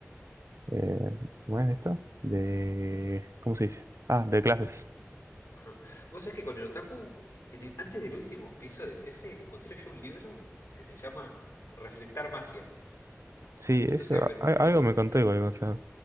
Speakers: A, on the right (about 75°); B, on the left (about 90°).
A: eh, ¿cómo es esto? De, ¿cómo se dice? Ah, de clases.
B: Ah. Vos sabés que con el otaku, en el- antes del último piso del jefe, encontré yo un libro que se llama Reflectar magia.
A: Sí,
B: Entonces
A: eso,
B: aprendés
A: a-
B: un
A: algo
B: hechizo
A: me contó
B: que,
A: igual,
B: que,
A: o sea,